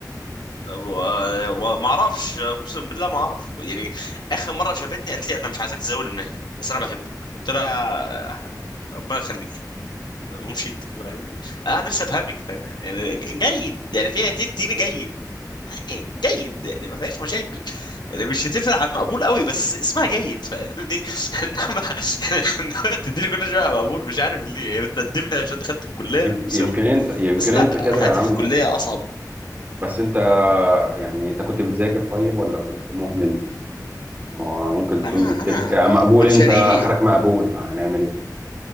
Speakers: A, on the left (about 85°); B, on the right (about 30°).
A: و- وما اعرفش اقسم بالله ما اعرف يعني اخر مره شافتني قالت لي انا مش عايزاك تزاول المهنه بس انا بحبك قلت لها ربنا يخليك ومشيت فاهمني انا نفسي افهمك
B: <laughs>
A: فاهمني يعني جيد يعني فيها تديني جيد جيد يعني ما فيهاش مشاكل يعني مش هتفرق عن مقبول قوي بس اسمها جيد فاهمني <laughs> انما انما تديني كل شويه مقبول مش عارف ليه هي بتندمني عشان دخلت الكليه
B: يمكن
A: نفسي
B: يمكن
A: افهم
B: انت يمكن
A: بس لا
B: انت كده
A: حياتي
B: يا عم
A: في الكليه اصعب
B: بس انت يعني انت كنت بتذاكر طيب ولا كنت مهمل ما ممكن تكون
A: انا
B: بتذاكر
A: انا
B: مقبول
A: مشاريع
B: انت اخرك مقبول هنعمل ايه